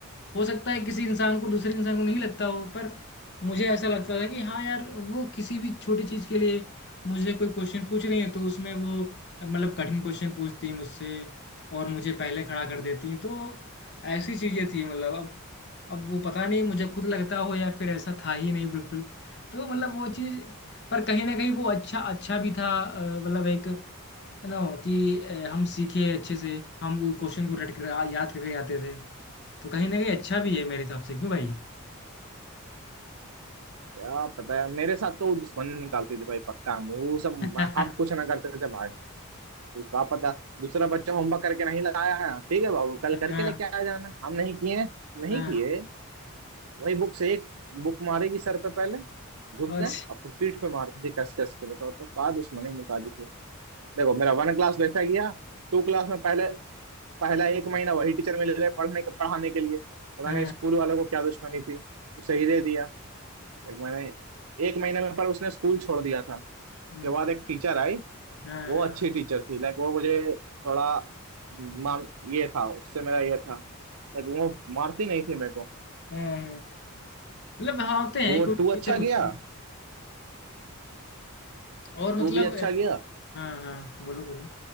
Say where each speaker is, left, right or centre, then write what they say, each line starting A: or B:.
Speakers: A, on the left; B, on the right.
A: हो सकता है किसी इंसान को दूसरे इंसान को नहीं लगता हो पर मुझे ऐसा लगता था कि हाँ यार वो किसी भी छोटी चीज के लिए मुझे कोई क्वेश्चन पूछ रही है तो उसमें वो मतलब कठिन क्वेश्चन पूछती है मुझसे और मुझे पहले खड़ा कर देती हैं तो ऐसी चीजें थी मतलब अब अब वो पता नहीं मुझे खुद लगता हो या फिर ऐसा था ही नहीं बिल्कुल तो मतलब वो चीज पर कहीं ना कहीं वो अच्छा अच्छा भी था अ, मतलब एक है ना कि अ, हम सीखे अच्छे से हम वो क्वेश्चन को रट कर आ- याद करके आते थे तो कहीं ना कहीं अच्छा भी है मेरे हिसाब से क्यों भाई
B: क्या पता है मेरे साथ तो वो दुश्मन निकालती थी भाई पक्का वो सब
A: <laughs>
B: मैं- हम कुछ ना करते थे भाई वो क्या पता दूसरा बच्चा होमवर्क करके नहीं लाया है ठीक है बाबू कल
A: हाँ
B: करके
A: हाँ
B: लेके आ जाना हम नहीं किए नहीं
A: हाँ
B: किए वही बुक से एक बुक मारेगी सर पे पहले झुक
A: और-
B: गए और फिर पीठ पे मारते थे कस कस के बताओ तो क्या दुश्मनी निकाली थी देखो मेरा वन क्लास वैसा गया टू क्लास में पहले पहला एक महीना वही टीचर मिल रहे पढ़ने के पढ़ाने के लिए पता
A: हाँ
B: नहीं स्कूल वालों को क्या दुश्मनी थी उसे ही दे दिया लेकिन मैंने एक महीने में पर उसने स्कूल छोड़ दिया था उसके
A: हम्म,
B: बाद एक टीचर आई
A: हाँ
B: वो
A: हाँ
B: अच्छी टीचर थी लाइक वो मुझे थोड़ा मान ये था उससे मेरा ये था लाइक वो मारती नहीं थी मेरे को
A: हाँ, मतलब हाँ होते हैं
B: वो
A: कोई
B: टू
A: टीचर
B: अच्छा
A: होते
B: गया
A: हैं और मतलब
B: टू भी अच्छा
A: अ,
B: गया
A: हाँ हाँ बोलो बोलो